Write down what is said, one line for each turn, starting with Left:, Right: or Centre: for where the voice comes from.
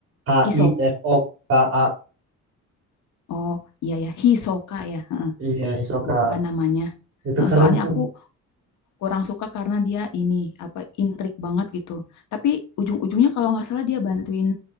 Right: H
Left: Isok.
Right: I S O K A.
Left: Oh, iya ya, Hisoka ya. Heeh,
Right: Iya Hisoka.
Left: Lupa namanya.
Right: Itu
Left: Heeh,
Right: keren
Left: Soalnya
Right: tuh.
Left: aku kurang suka karena dia ini apa intrik banget gitu. Tapi ujung-ujungnya kalau nggak salah dia bantuin